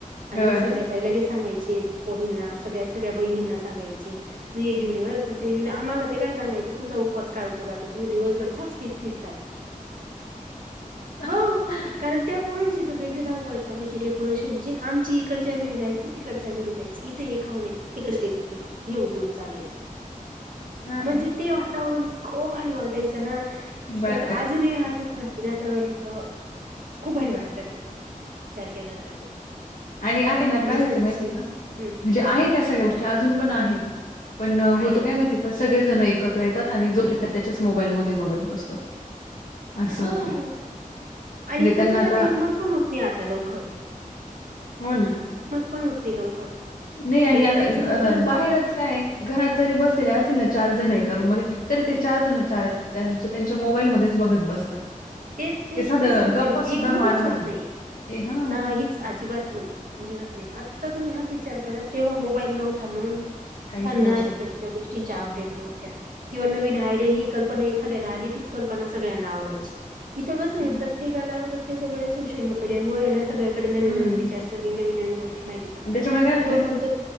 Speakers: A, on the right; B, on the left.
A: अन्
B: हो
A: मग संध्याकाळी
B: ना
A: लगेच सांगायचे पोरींना सगळ्या, सगळ्या बहिणींना सांगायचे तू हे घेऊन ये बरं तू ते घेऊ आमाला ते काय सगायचे तुमचा उपवास काय उपयोगाचा, तुम्ही दिवसभर चहा च पित फिरताय.
B: अं, अं,
A: हो
B: हं, ह
A: कारण त्या पोराणची त वेगळी धावपळ चालायची डेकोरेशनची आमची इकडच्या घरी जायचं, तिकडच्या घरी जायचं इ ते हे खाऊन ये तिकड ते हे उद्योग चालायचे
B: हा
A: म्हणजे
B: ना
A: ते वातावरण इतंक भारी वाटायचं ना
B: बर
A: तर अजूनही आठवण आली ना तर अ खूप भारी वाटतं ते, विचार केला तर.
B: आणि आता ना काय
A: दुसऱ्या
B: होतं
A: दिवशी
B: माहिती का
A: हम्म
B: म्हणजे आहेत त्या सगळ्या गोष्टी अजून पण आहेत. पण होतं
A: आहेत
B: काय माहिती का सगळेजण एकत्र येतात आणि जो ज्याच्या त्याच्याच मोबाईलमध्ये बघत बसतो. असं
A: हं
B: होतंय
A: आणि
B: म्हणजे
A: प्रत्येकाचं
B: त्यांना आता
A: एकमत पण होत नाही आता लवखर.
B: हो ना,
A: पण होत नाही लवकर
B: नई आणि
A: काही करायचं
B: आता ग
A: म्हटलं
B: अ
A: ना
B: बाहेरच काय ये घरात जरी बसलेले असतील ना चार जण एका रुम मध्ये तर ते चार जण चार त्यां त्यांच्या मोबाईलमध्येच बघत बसतात.
A: तेच- तेच-
B: ते साधं
A: तेच सांगते
B: गप्पा
A: ना
B: सुद्धा
A: एकमतच
B: मारणार
A: होत नाही
B: ए हां,
A: ना. अजिबात नाही, अजिबात नाही आता तुम्ही हाच विचार करा तेव्हा मोबाईल नव्हता म्हणून
B: काहीच
A: पनाते
B: नव्हतं.
A: <inaudible> या गोष्टींच्या अपडेट नव्हत्या किंवा नवीन आयडिया ही कल्पना एखाद्याला आली कल्पना सगळ्यांना आवडायची इथ कस आहे
B: हं,
A: पण प्रत्येकाला- प्रत्येकाकडे सोशल मीडियामुळेळे ना सगळ्याडे नवीनवीन
B: हं.
A: विचार सगळी नवी-नवीन गोष्टी माहिती पडतात.
B: त्याच्यामुळे काय होते
A: तो म्हणतो